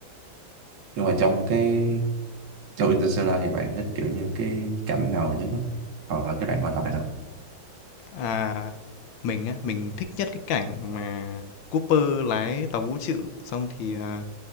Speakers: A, on the right; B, on the left.
A: nhưng mà trong cái trong Interstellar thì bạn thích kiểu như cái cảnh nào nhất á hoặc là cái đoạn hội thoại nào
B: À mình á, mình thích nhất cái cảnh mà Cooper lái tàu vũ trụ xong thì à,